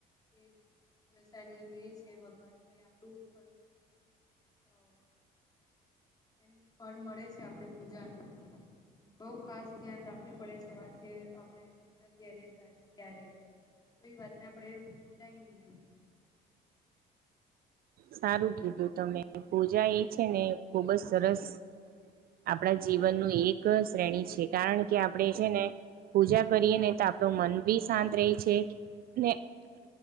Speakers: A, on the left; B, on the right.
A: તે પ્રસાદી લે છે ભગવાન ભાઈ આપણું ફલ અ એમ પણ મળે છે આપણે પૂજાનું. બઉ ખાસ ધ્યાન રાખવી પડે છે એવા કે આપણે પૂજા ક્યારે થાય ક્યારે. કોઈ વાતને આપડે ભોલાય નહી એમ.
B: સારું કીધું તમે પૂજા એ છે ને ખુબ જ સરસ આપણા જીવનનું એક શ્રેણી છે કારણ કે આપણે છે ને. પૂજા કરીએ ને તો આપણું મન બી શાંત રહે છે, ને